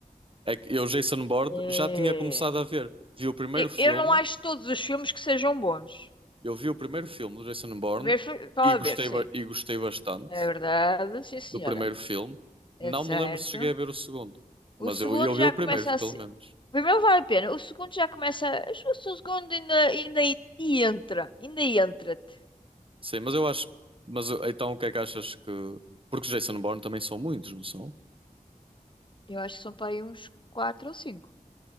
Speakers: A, on the right; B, on the left.
A: É que eu, Jason Bourne,
B: É...
A: já tinha começado a ver. Vi o primeiro
B: e-
A: filme
B: Eu não acho todos os filmes que sejam bons.
A: Eu vi o primeiro filme do Jason Bourne
B: Primeiro, fa- fala
A: e
B: a
A: gostei,
B: ver, sim.
A: ba- e gostei bastante
B: É verdade, sim, senhora.
A: do primeiro filme. Não
B: É certo.
A: me lembro se cheguei a ver o segundo, mas
B: O segundo
A: eu, eu
B: já
A: vi o primeiro,
B: começa a
A: pelo
B: ser.
A: menos.
B: O primeiro vale a pena. O segundo já começa. Acho que o segundo ainda, ainda aí te entra. Ainda aí entra-te.
A: Sim, mas eu acho. Mas eu- então o que é que achas que. Porque os Jason Bourne também são muitos, não são?
B: Eu acho que são para aí uns 4 ou cinco